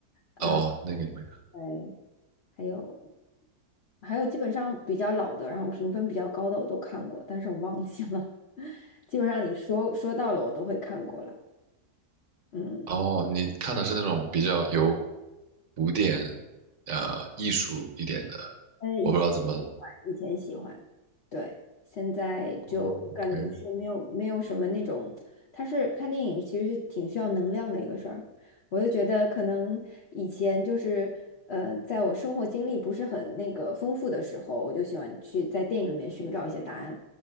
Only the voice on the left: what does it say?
嗯，
对，还有，还有基本上比较老的，然后评分比较高的我都看过，但是我忘记了，<laughs> 基本上你说说到了我都会看过了。嗯，
呃，以前喜欢，
以前喜欢，对，现在就我感觉是没有没有什么那种，
它是看电影其实是挺需要能量的一个事儿，我就觉得可能以前就是呃，在我生活经历不是很那个丰富的时候，我就喜欢去在电影里面寻找一些答案，